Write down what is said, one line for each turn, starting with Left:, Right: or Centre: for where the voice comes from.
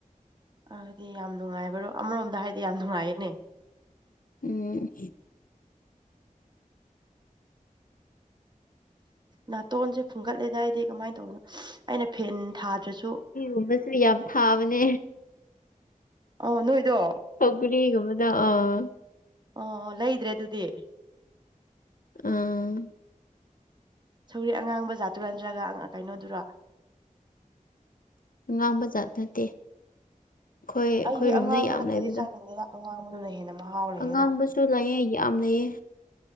Right: ꯑꯗꯨꯗꯤ ꯌꯥꯝ ꯅꯨꯡꯉꯥꯏꯕꯔꯣ ꯑꯃꯔꯣꯝꯗ ꯍꯥꯏꯗꯤ ꯌꯥꯝ ꯅꯨꯡꯉꯥꯏꯌꯦꯅꯦ
Left: ꯎꯝ
Right: ꯅꯥꯇꯣꯟꯖꯦ ꯐꯨꯡꯒꯠꯂꯦꯗ ꯑꯩꯗꯤ ꯀꯃꯥꯏꯟ ꯇꯧꯕꯅꯣ ꯑꯩꯅ ꯐꯦꯟ ꯊꯥꯗ꯭ꯔꯁꯨ
Left: ꯀꯨꯝꯃꯁꯨ ꯌꯥꯝ ꯊꯥꯕꯅꯦ
Right: ꯑꯣ ꯅꯣꯏꯗꯣ
Left: ꯁꯧꯒꯔꯤꯒꯨꯝꯕꯗ ꯑꯥ
Right: ꯑꯣ ꯂꯩꯗ꯭ꯔꯦ ꯑꯗꯨꯗꯤ
Left: ꯑꯥ
Right: ꯁꯧꯒ꯭ꯔꯤ ꯑꯉꯥꯡꯕ ꯖꯥꯠꯇꯨꯔꯥ ꯅꯠꯇ꯭ꯔꯒ ꯑꯪ ꯀꯩꯅꯣꯗꯨꯔꯣ
Left: ꯑꯉꯥꯡꯕ ꯖꯥꯠ ꯅꯠꯇꯦ ꯑꯩꯈꯣꯏ ꯑꯩꯈꯣꯏ
Right: ꯑꯩꯗꯤ
Left: ꯔꯨꯝꯗ
Right: ꯑꯉꯥꯡꯕ
Left: ꯌꯥꯝ
Right: ꯅꯠꯇ꯭ꯔꯗꯤ
Left: ꯂꯩꯕꯗꯣ
Right: ꯆꯥꯅꯤꯡꯉꯤꯅ ꯑꯉꯥꯡꯕꯗꯨꯅ ꯍꯦꯟꯅ ꯃꯍꯥꯎ ꯂꯩꯌꯦꯗ
Left: ꯑꯉꯥꯡꯕꯁꯨ ꯂꯩꯌꯦ ꯌꯥꯝ ꯂꯩꯌꯦ